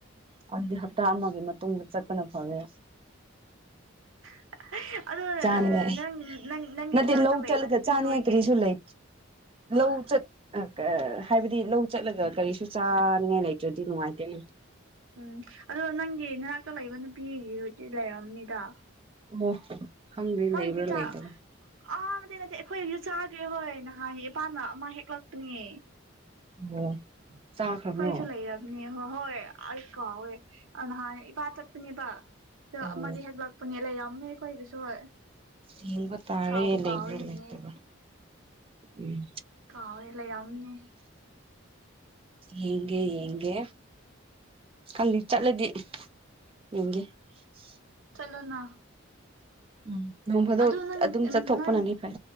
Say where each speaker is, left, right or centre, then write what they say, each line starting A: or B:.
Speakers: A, on the right; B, on the right.
A: ꯑꯗꯨꯗꯤ ꯍꯞꯇꯥ ꯑꯃꯥꯒꯤ ꯃꯇꯨꯡꯗ ꯆꯠꯄꯅ ꯐꯔꯦ
B: <inaudible> ꯑꯗꯣ
A: ꯆꯥꯅꯤꯡꯉꯥꯏ
B: ꯅꯪ ꯅꯪ ꯅꯪꯒꯤ
A: ꯅꯠꯇꯦ
B: ꯏꯅꯥꯛꯇ
A: ꯂꯧ
B: ꯂꯩꯕ
A: ꯆꯠꯂꯒ
B: ꯅꯨꯄꯤ
A: ꯆꯥꯅꯤꯡꯉꯥꯏ
B: ꯍꯣꯏꯒꯤ
A: ꯀꯔꯤꯁꯨ ꯂꯩ
B: ꯍꯣꯏ
A: ꯂꯧ
B: ꯍꯣꯏ
A: ꯆꯠ ꯑ ꯍꯥꯏꯕꯗꯤ ꯂꯧ ꯆꯠꯂꯒ ꯀꯔꯤꯁꯨ ꯆꯥꯅꯤꯡꯉꯥꯏ ꯂꯩꯇ꯭ꯔꯗꯤ ꯅꯨꯡꯉꯥꯏꯇꯦꯅ
B: ꯎꯝ ꯑꯗꯣ ꯅꯪꯒꯤ ꯅꯅꯥꯛꯇ ꯂꯩꯕ ꯅꯨꯄꯤꯒꯤ ꯍꯧ ꯂꯩꯔꯝꯅꯤꯗ
A: ꯑꯣ ꯈꯪꯗꯦ
B: ꯃꯣꯏꯗꯤ
A: ꯂꯩꯕ꯭ꯔꯥ
B: ꯆꯥꯛ
A: ꯂꯩꯇꯕ꯭ꯔꯥ
B: ꯑꯥ ꯅꯠꯇꯦ ꯅꯠꯇꯦ ꯑꯩꯈꯣꯏꯁꯨ ꯆꯥꯈ꯭ꯔꯦ ꯍꯣꯏ ꯅꯍꯥꯟꯒꯤ ꯏꯄꯥꯅ ꯑꯃꯥ ꯍꯦꯛꯂꯛꯄꯅꯦ
A: ꯑꯣ ꯆꯥꯈ꯭ꯔꯕ꯭ꯔꯣ
B: ꯑꯩꯈꯣꯏꯁꯨ ꯂꯩꯔꯝꯅꯤ ꯍꯣꯏ ꯍꯣꯏ ꯑꯩ ꯀꯥꯎꯋꯦ ꯑꯥ ꯅꯍꯥꯟꯅ ꯏꯄꯥ ꯆꯠꯄꯅꯦꯕ ꯑꯗꯣ
A: ꯑꯣ
B: ꯑꯃꯥꯗꯤ ꯍꯦꯛꯂꯛꯄꯅꯦ ꯂꯩꯔꯝꯅꯤ ꯑꯩꯈꯣꯏꯒꯤꯁꯨ ꯍꯣꯏ
A: ꯊꯦꯡꯕ ꯇꯥꯔꯦ
B: ꯀꯥꯎꯕꯨ
A: ꯂꯩꯕ꯭ꯔꯥ
B: ꯀꯥꯎꯋꯦꯅꯦ
A: ꯂꯩꯇꯕ꯭ꯔꯥ ꯎꯝ
B: ꯀꯥꯎꯏ ꯂꯩꯔꯝꯅꯤꯌꯦ
A: ꯌꯦꯡꯒꯦ ꯌꯦꯡꯒꯦ ꯈꯪꯗꯦ ꯆꯠꯂꯗꯤ ꯌꯦꯡꯒꯦ <inaudible> <unintelligible>
B: ꯆꯠꯂꯣꯅ
A: ꯎꯝ ꯅꯣꯡ ꯐꯗꯣꯛ
B: ꯑꯗꯣ ꯅꯪ
A: ꯑꯗꯨꯝ ꯆꯠꯊꯣꯛꯄꯅꯗꯤ
B: ꯅꯪ
A: ꯐꯩ